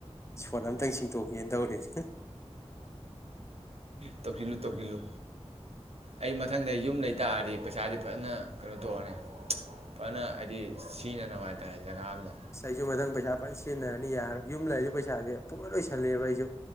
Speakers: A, on the left; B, on the right.
A: ꯏꯁꯄꯣꯠ ꯑꯝꯇꯪ ꯁꯤꯡꯗꯣꯛꯀꯦꯅ ꯇꯧꯔꯤꯅꯦ
B: ꯇꯧꯁꯤꯜꯂꯨ ꯇꯧꯁꯤꯜꯂꯨ ꯑꯩ ꯃꯊꯪꯗ ꯌꯨꯝ ꯂꯩ ꯇꯥꯔꯗꯤ ꯄꯩꯁꯥꯁꯦ ꯐꯖꯅ ꯀꯩꯅꯣ ꯇꯧꯔꯅꯤ ꯐꯖꯅ ꯍꯥꯏꯗꯤ ꯁꯤꯖꯤꯟꯅꯅꯕ ꯍꯥꯏꯇꯥꯥꯔꯦ ꯖꯒꯥ ꯑꯝꯗ
A: ꯑꯁ ꯑꯩꯁꯨ ꯃꯊꯪ ꯄꯩꯁꯥ ꯄ ꯁꯤꯖꯤꯟꯅꯔꯅꯤ ꯌꯥꯔ ꯌꯨꯝ ꯂꯩ ꯑꯩꯁꯨ ꯄꯩꯁꯥꯁꯦ ꯄꯨ ꯂꯣꯏꯁꯜꯂꯦꯕ ꯑꯩꯁꯨ